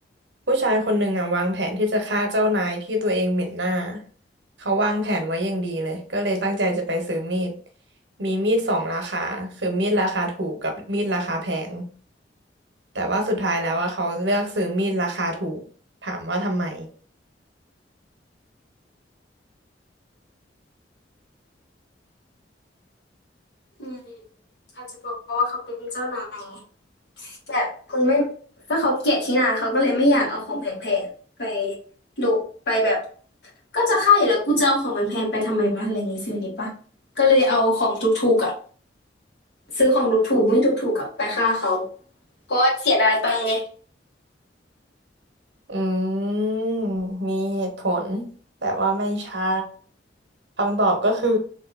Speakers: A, on the right; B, on the left.
A: ผู้ชายคนหนึ่งอ่ะวางแผนที่จะฆ่าเจ้านายที่ตัวเองเหม็นหน้า เขาวางแผนไว้อย่างดีเลยก็เลยตั้งใจจะไปซื้อมีด มีมีดสองราคาคือมีดราคาถูกกับมีดราคาแพงแต่ว่าสุดท้ายแล้วว่าเขาเลือกซื้อมีดราคาถูก ถามว่าทำไม
B: อืมอาจจะบอกว่าเขาเป็นเจ้านายแบบมึงไม่ก็เขาเกลียดที่หนาเขาก็เลยไม่อยากเอาของแพงๆไปดุไปแบบก็จะฆ่าอยู่แล้วกูจะเอาของแพงๆไปทำไมวะอะไรอย่างงี้ฟิลนี้ปะก็เลยเอาของถูกๆอะซื้อของถูกๆไม่ถูกๆกับไปฆ่าเขาเพราะว่าเสียดายตังค์ไง
A: อืมมีเหตุผลแต่ว่าไม่ใช่คำตอบก็คือ